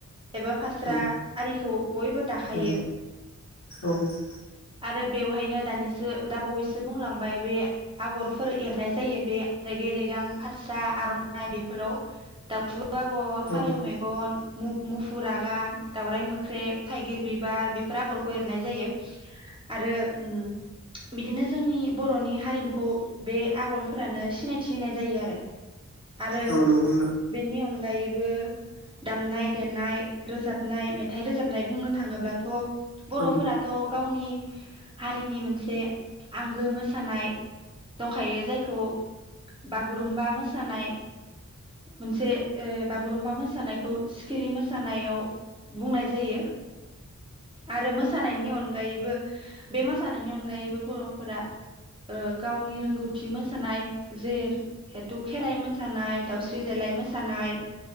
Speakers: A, on the right; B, on the left.
A: एबा फास्रा
B: औ
A: खौ बयबो दाखायो
B: औ औ
A: आरो बेवहायनो दानिसो दा बावैसो बुंलांबाय बे आगरफोर एरनाय जायो बे रेगे रेगां फास्रा आर'नाइ बेफोराव दाउथु आगर फारेव
B: औ
A: मेगन मु मुफ फुरागान मोख्रेब थाइगिर बिबार बिफोर आगरखौ एरनाय जायो आरो उम बिदिनो जोंनि बर'नि हारिमुखौ बे आगरफोरानो सिनायथि होनाय जायो आरो आरो
B: औ नंगौ औ नंगौ नोंथां औ नंगौ औ नंगौ नोंथां औ नंगौ औ नंगौ नोंथां नंगौ औ नंगौ औ
A: बेनि अन गायैबो दामनाय देनाय रोजाब नाय मेथाइ रोजाबनाय बुंनो थाङोब्लाथ'
B: औ
A: बर'फोराथ' गावनि हारिनि मोनसे आंगो मोसानाय दंखायो जायखौ बागुरुमबा मोस सानाय मोनसे ओ बागुरुम्बा मोसानायखौ सिखिरि मोसानायाव बुंनाय जायो आरो मोसानायनि अनगायैबो बे मोसानायनि अनगायैबो बर'फोरा ओ गावनि रोंगौथि मोसानाय जे हेथु खेराइ मोसानाय दाउस्रि देलाय मोसानाय